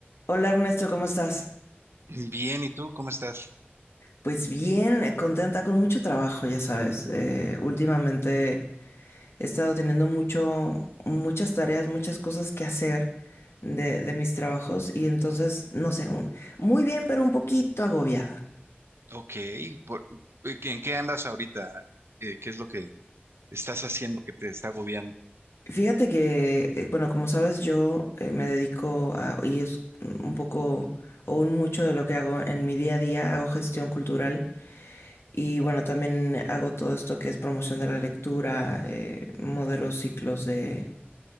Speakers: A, on the left; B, on the right.
A: Hola Ernesto, ¿cómo estás?
B: Bien, ¿y tú cómo estás?
A: Pues bien, eh, contenta con mucho trabajo, ya sabes. Eh, últimamente he estado teniendo mucho, muchas tareas, muchas cosas que hacer de, de mis trabajos y entonces, no sé, un- muy bien, pero un poquito agobiada.
B: Ok, por- ¿en qué andas ahorita? Eh, ¿qué es lo que estás haciendo que te está agobiando?
A: Fíjate que, eh, bueno, como sabes, yo eh, me dedico a, y es un poco o un mucho de lo que hago en mi día a día, hago gestión cultural y bueno, también hago todo esto que es promoción de la lectura, eh, modelo ciclos de,